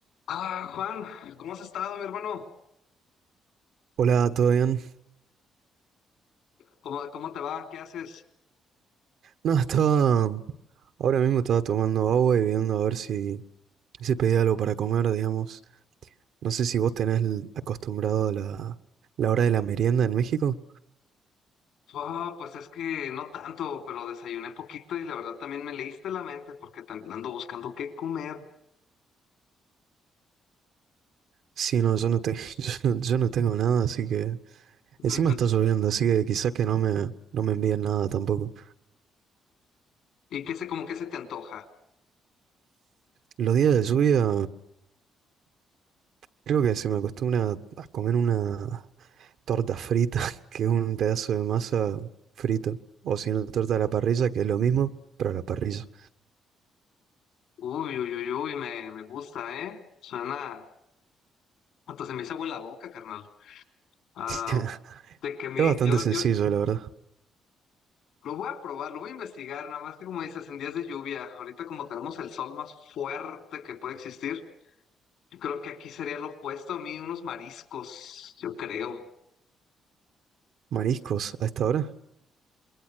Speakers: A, on the left; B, on the right.
A: Ah, Juan, ¿cómo has estado, mi hermano?
B: Hola, ¿todo bien?
A: ¿Cómo dices?
B: No, estaba. Ahora mismo estaba tomando agua y viendo a ver si, si pedía algo para comer, digamos. No sé si vos tenés el- acostumbrado a la, la hora de la merienda en México.
A: Ah, pues es que no tanto, pero desayuné poquito y la verdad también me leíste la mente porque también ando buscando qué comer.
B: Sí, no, yo no, te- <laughs> yo no, yo no tengo nada, así que.
A: <laughs>
B: Encima está lloviendo, así que quizás que no me, no me envíen nada tampoco.
A: ¿Y qué se, como que se te antoja?
B: Los días de lluvia, creo que se me acostumbra a comer una. torta frita, <laughs> que es un pedazo de masa frito, o si no, torta a la parrilla, que es lo mismo, pero a la parrilla.
A: Uy, uy, uy, uy, me, me gusta, ¿eh? Suena, hasta se me hizo agua en la boca, carnal. Ah,
B: <laughs>
A: de que mi,
B: Es bastante
A: yo,
B: sencillo,
A: yo
B: la verdad.
A: lo voy a probar, lo voy a investigar, nada más que como dices, en días de lluvia, ahorita como tenemos el sol más fuerte que puede existir. Yo creo que aquí sería lo opuesto a mí, unos mariscos, yo creo.
B: Mariscos, a esta hora. <laughs>